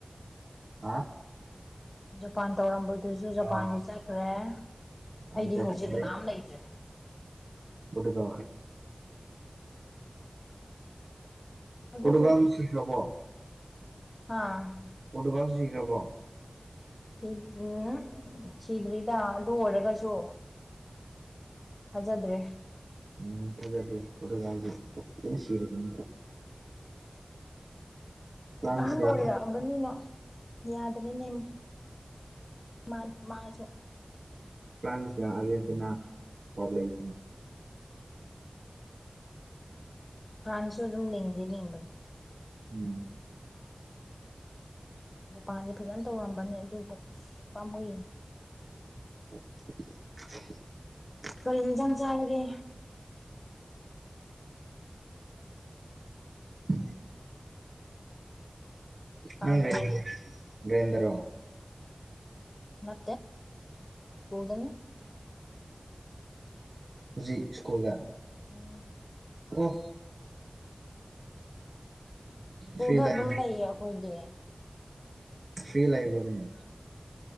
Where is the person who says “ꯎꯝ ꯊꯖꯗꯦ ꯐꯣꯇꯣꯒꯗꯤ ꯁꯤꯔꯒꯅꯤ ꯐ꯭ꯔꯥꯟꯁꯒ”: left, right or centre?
Right